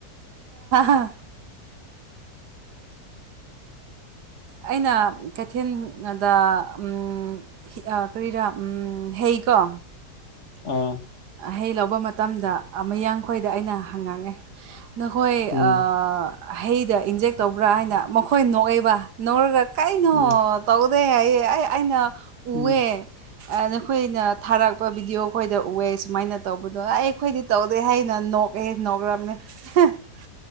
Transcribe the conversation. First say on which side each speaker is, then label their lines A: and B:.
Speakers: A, on the right (about 80°); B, on the left (about 50°).
A: ꯑꯥ ꯑꯩꯅ ꯀꯩꯊꯦꯜ ꯉꯥꯗ ꯎꯝ ꯍꯤ ꯀꯔꯤꯔꯥ ꯎꯝ ꯍꯦ ꯀꯣ
B: ꯑꯥ
A: ꯍꯩ ꯂꯧꯕ ꯃꯇꯝꯗ ꯃꯌꯥꯡꯈꯣꯏꯗ ꯑꯩꯅ ꯍꯪꯉꯥꯡꯉꯦ ꯅꯈꯣꯏ
B: ꯎꯝ
A: ꯑꯥ ꯍꯩꯗ ꯏꯟꯖꯦꯛ ꯇꯧꯕ꯭ꯔꯥ ꯍꯥꯏꯅ ꯃꯈꯣꯏ ꯅꯣꯛꯑꯦꯕ ꯅꯣꯛꯔꯒ ꯀꯩꯅꯣ
B: ꯎꯝ
A: ꯇꯧ ꯋꯦ ꯍꯥꯢꯌꯦ ꯑꯩ ꯑꯩꯅ ꯎꯑꯦ
B: ꯎꯝ
A: ꯑꯥ ꯅꯈꯣꯏꯅ ꯊꯥꯔꯛꯄ ꯚꯤꯗꯤꯑꯣ ꯈꯣꯏꯗ ꯎꯋꯦꯁ ꯁꯨꯃꯥꯏꯅ ꯇꯧꯕꯗꯣ ꯑꯩ ꯑꯩꯈꯣꯏꯗꯤ ꯇꯧꯗꯦ ꯍꯥꯏꯅ ꯅꯣꯛꯑꯦ ꯅꯣꯛꯔꯝꯃꯦ <unintelligible>